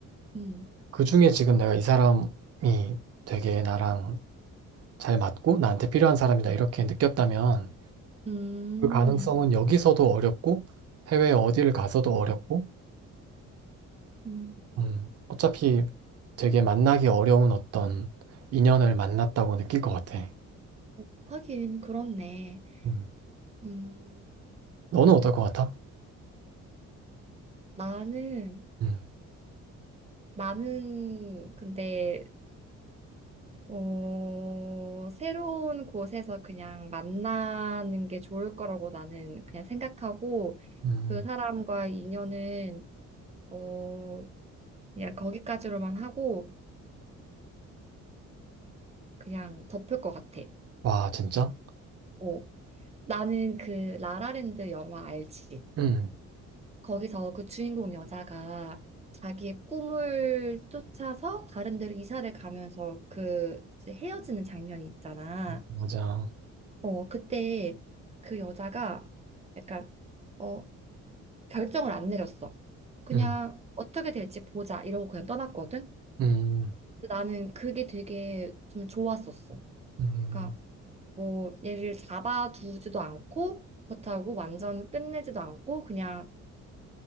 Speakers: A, on the right; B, on the right.
A: 응,
B: 그중에 지금 내가 이 사람이 되게 나랑 잘 맞고 나한테 필요한 사람이다 이렇게 느꼈다면
A: 음,
B: 그 가능성은 여기서도 어렵고 해외 어디를 가서도 어렵고
A: 음,
B: 음, 어차피 되게 만나기 어려운 어떤 인연을 만났다고 느낄 것 같아.
A: 어, 하긴 그렇네.
B: 음.
A: 음,
B: 너는 어떨 것 같아?
A: 나는,
B: 음,
A: 나는 근데, 어, 새로운 곳에서 그냥 만나는 게 좋을 거라고 나는 그냥 생각하고
B: 음.
A: 그 사람과 인연은 어, 그냥 거기까지로만 하고 그냥 덮을 것 같아.
B: 와, 진짜?
A: 어. 나는 그 라라랜드 영화 알지?
B: 음,
A: 거기서 그 주인공 여자가 자기의 꿈을 쫓아서 다른 데로 이사를 가면서 그 이제 헤어지는 장면이 있잖아.
B: 맞아.
A: 어, 그때 그 여자가 약간 어, 결정을 안 내렸어. 그냥
B: 음,
A: 어떻게 될지 보자 이러고 그냥 떠났거든.
B: 음,
A: 나는 그게 되게 좀 좋았었어.
B: 음,
A: 그러니까 뭐 얘를 잡아두지도 않고 그렇다고 완전 끝내지도 않고 그냥